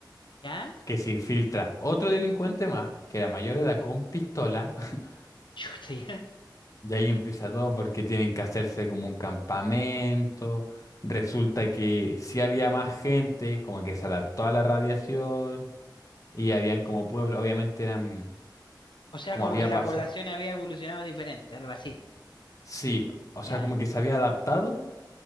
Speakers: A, on the left; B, on the left.
A: ya,
B: que se infiltra otro delincuente más, que era mayor de edad con pistola, <laughs>
A: <laughs> chuta, ya.
B: y ahí empieza todo porque tienen que hacerse como un campamento. Resulta que sí había más gente, como que se adaptó a la radiación, y habían como pueblo, obviamente eran
A: O sea,
B: como
A: como
B: había
A: que la
B: pasado.
A: población había evolucionado diferente, algo así.
B: Sí, o sea,
A: Ya,
B: como que se había adaptado